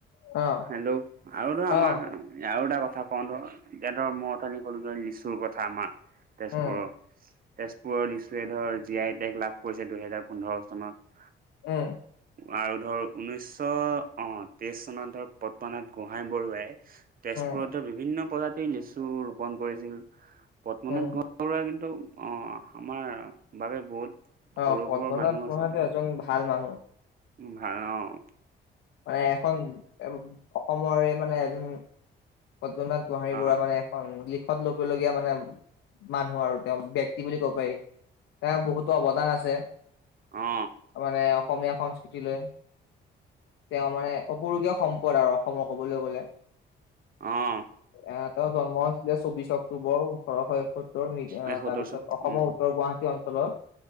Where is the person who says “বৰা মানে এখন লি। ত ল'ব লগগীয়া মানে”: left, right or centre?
Left